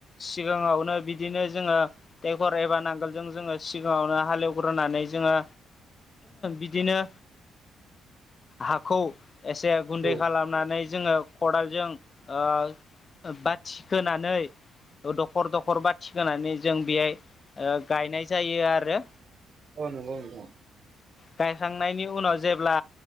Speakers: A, on the left (about 35°); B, on the right (about 50°).
A: सिगाङावनो बिदिनो जोङो ट्रेकठर एबा नांगोलजों जोङो सिगाङावनो हालेवग्रो ग्रोनानै जोङो बिदिनो हाखौ एसे गुन्दै
B: औ
A: खालामनानै जोङो खदालजों ओ बाथिखोनानै दखर दखर बाथि खोनानै जों बेहाय गायनाय जायो आरो
B: औ नंगौ नोंथां
A: गायखांनायनि उनाव जेब्ला